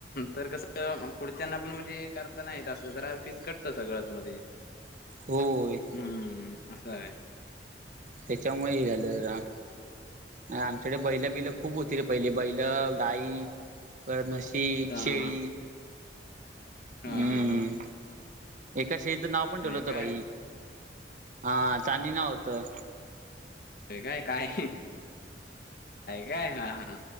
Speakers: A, on the left; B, on the right.
A: तर कसं पुढच्यांना पण म्हणजे करता नाही येत असं जरा फीसकटतं सगळंच मध्ये
B: होय.
A: हमं असं हाय.
B: त्याच्यामुळे हे झालं जरा. ह आमच्याकडे बैल बिल खूप होती रे पहिली बैलं गाई परत म्हशी,
A: हा
B: शेळी.
A: हा हा
B: हंममम
A: हा हा
B: एका शेळीचे नाव पण ठेवलं
A: होय
B: होतं
A: काय
B: बाई हा चांणी नाव होतं.
A: होय काय काय ह काय हा हा